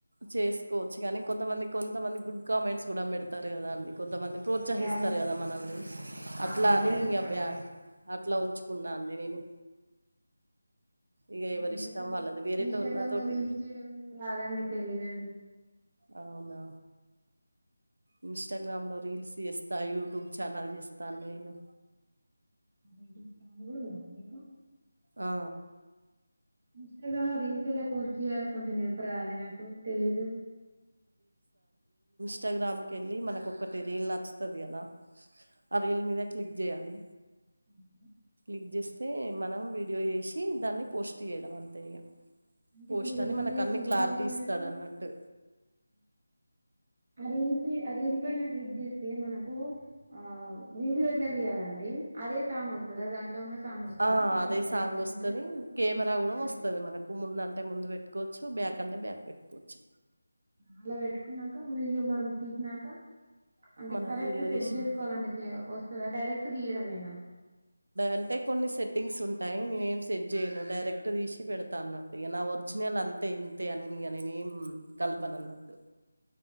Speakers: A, on the right (about 75°); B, on the right (about 40°).
A: చేసుకోవచ్చు కానీ కొంతమంది కొంతమంది గుడ్ కామెంట్స్ కూడా పెడతారు కదా అండి కొంతమంది
B: ఆ,
A: ప్రోత్సహిస్తారు
B: అంటే అవి కూడా
A: కదా మనల్ని
B: ఆ
A: అట్లా
B: అవి
A: అని
B: కూడా
A: ఇంక
B: చూడాలని
A: బ్యాడ్ అట్లా ఉంచుకున్నా అన్ని నేను ఇగ
B: నాకైతే
A: ఎవరిష్టం
B: అసలు
A: వాళ్ళది వేరేటోళ్ళతోటి
B: ఇంస్టాగ్రామ్ లో రీల్స్ చేయడం రాదండి తెలిదఅండి
A: అవునా ఇంస్టాగ్రామ్లో రీల్స్ చేస్తా యూట్యూబ్ ఛానల్ చేస్తాను నేను
B: యూట్యూబ్ కూడా ఉందా
A: ఆ
B: ఇంస్టాగ్రామ్ లో రీల్స్ ఎలా పోస్ట్ చేయలో కొంచెం చెప్పురా అండి నాకు తెలీదు
A: ఇంస్టాగ్రామ్ వెళ్ళి మనకు ఒకటి రీల్ నచ్చుతుంది కదా ఆ రీల్ మీద క్లిక్ చేయాలి
B: ఓకే
A: క్లిక్ చేస్తే మనం వీడియో వేసి దాన్ని పోస్ట్ చేయడం అంతే ఇగ
B: అంటే
A: పోస్ట్
B: ఇప్పుడు రీల్
A: అని మనకు
B: మీద
A: అన్ని
B: క్లిక్
A: క్లారిటీ
B: చేసినాక
A: ఇస్తాడు అన్నట్టు
B: రీల్స్ ఆ రీల్స్ పైన క్లిక్ చేస్తే అతే మనకు ఆ వీడియో ఎట్లా తీయాలండి అదే సాంగ్ వస్తదా దాంట్లో ఉన్న సాంగ్ వస్తదా
A: ఆ అదే సాంగ్
B: రీల్
A: వస్తుంది
B: ఉన్నది
A: కెమెరా కూడా
B: హ్మ్.
A: వస్తుది మనకు ముందంటే అంటే ముందు పెట్టుకోవచ్చు బ్యాక్ అంటే బ్యాక్ పెట్టుకోవచ్చు
B: అలా పెట్టుకున్నాక మనం తీసినాక అంటే
A: మనం
B: కరెక్ట్
A: వీడియో
B: సెట్
A: తీసినాక
B: చేసుకోవాలంటే వస్తుందా డైరెక్ట్ తీయడమేనా
A: అంటే కొన్ని సెట్టింగ్స్ ఉంటాయి నేను ఏం సెట్ చేయను డైరెక్ట్ తీసి పెడతా అన్నట్టు వచ్చినళ అంతే
B: ఆ!
A: ఇంతే అనిక నేనే కల్పన అన్నట్టు